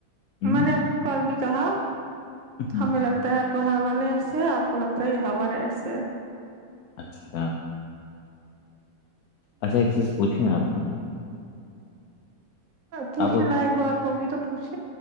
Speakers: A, on the left (about 65°); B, on the right (about 55°).
A: ہوں
B: میں نے آپ ک بھی کہا
A: ہوں
B: ہمیں لگ ہے باہر والے ایسے آپ کو لگتا ہے یہاں والے ایسے
A: اچھا اچھا ایک چیز پوچھے ہیں آپ سے
B: پوچھنے
A: آپ کو
B: لائق بات ہوگی تو پوچھ